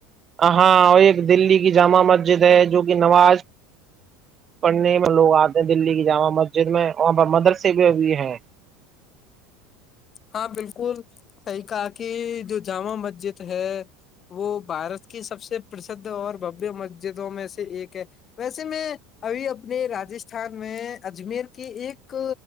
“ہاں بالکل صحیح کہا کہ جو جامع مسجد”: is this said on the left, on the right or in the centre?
Left